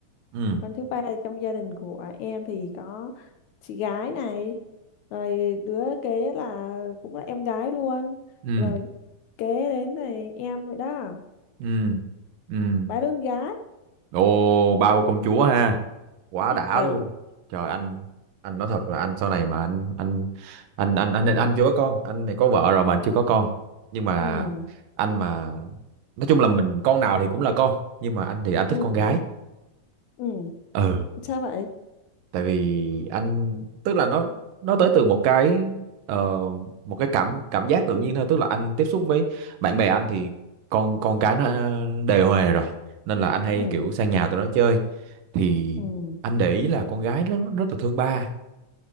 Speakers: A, on the right; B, on the left.
A: Ừ.
B: con thứ ba trong gia đình của em thì có chị gái này rồi đứa kế là cũng là em gái luôn
A: Ừ.
B: rồi kế đến này em rồi đó
A: Ừ. Ừ.
B: ba đứa con gái
A: Ồ, bao công chúa ha. quá đã
B: ừ
A: luôn trời anh anh nói thật là anh sau này mà anh anh anh anh anh anh, anh chưa có con anh này có vợ rồi mà anh chưa có con nhưng mà
B: ừ
A: anh mà nói chung là mình con nào thì cũng là con nhưng mà anh thì anh thích
B: ừ
A: con gái
B: ừ
A: ừ
B: sao vậy
A: tại vì anh tức là nó nó tới từ một cái ờ, một cái cảm cảm giác tự nhiên thôi tức là anh tiếp xúc với bạn bè anh thì con con cái nó đề huề rồi nên là anh hay
B: ừ
A: kiểu sang nhà tụi nó chơi thì
B: ừ
A: anh để ý là con gái rất rất là thương ba